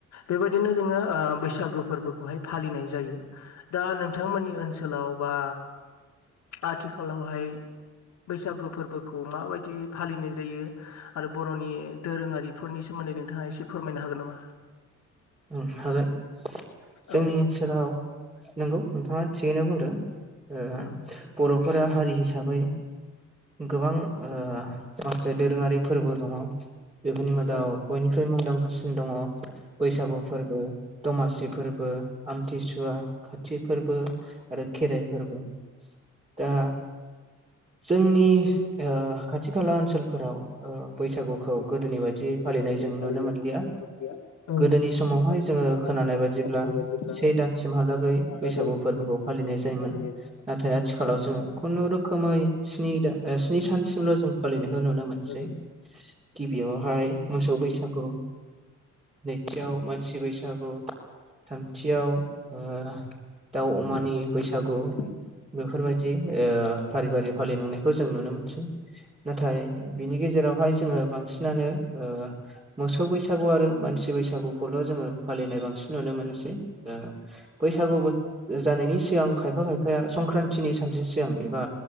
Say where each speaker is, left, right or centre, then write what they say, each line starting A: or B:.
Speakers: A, on the left; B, on the right.
A: बेबायदिनो जोङो ओ ओ बैसागु फोरबोखौहाय फालिनाय जायो दा नोंथांमोननि ओनसोलाव बा आथिखालावहाय बैसागो फोरबोखौ माबायदियै फालिनाय जायो आरो बर'नि दोरोङारिफोरनि सोमोन्दै नोंथाङा एसे फोरमायनो हागोन नामा?
B: उम हागोन जोंनि
A: औ
B: ओनसोलाव नंगौ नोंथाङा थिगैनो बुंदों। ओ
A: उम
B: बर'फोरा हारि हिसाबै गोबां ओ माखासे दोरोङारि फोरबो दङ बेफोरनि मादाव
A: औ
B: बयनिख्रुइ मुंदांखासिन दङ बैसागु फोरबो, दमासि फोरबो आमथिसुवा, खाथि फोरबो आरो खेराइ फोरबो दा जोंनि
A: उम
B: ओ खाथि खाला ओनसोलफोराव ओ बैसागुखौ
A: बैसागुखौ
B: गोदोनि बायदि
A: गोदोनि
B: फालिनाय
A: बायदि
B: जों
A: फालिनाय
B: नुनो मोनलिया।
A: <unintelligible>
B: गोदोनि समावहाय
A: गोदोनि
B: जोङो
A: समावहाय
B: खोनानाय
A: जों
B: बायदिब्ला
A: खोनानाय बायदिब्ला
B: से दानसिमहालागै
A: स्नि दानसिमहालागै
B: बैसागु फोरबोखौ
A: <unintelligible>
B: फालिनाय जायोमोन नाथाय आथिखालाव
A: नाथाय
B: जोङो
A: आथिखालाव
B: खुनुरुखोमै
A: जों खुनु रोखोमै
B: स्नि दा स्नि
A: दान
B: सानसिमल'
A: सानसिमल'
B: जों फालिनायखौ
A: जों
B: नुनो
A: फालिनायखौ
B: मोनसै गिबियावहाय मोसौ बैसागु। नैथियाव मानसि बैसागु। थामथियाव ओ दाउ अमानि
A: गिबियावहाय
B: बैसागु बेफोरबायदि
A: औ
B: ओ फारि-फारि फालिलांनायखौ जों नुनो मोनसै नाथाय बिनि गेजेरावहाय जोङो बांसिनानो ओ मोसौ बैसागु आरो मान सि बैसागुखौल' जोङो फालिनाय बांसिन नुनो मोनसै ओ बैसागु बो-जानायनि सिगां खायफा-खायफाया संक्रान्तिनि सानसे सिगां एबा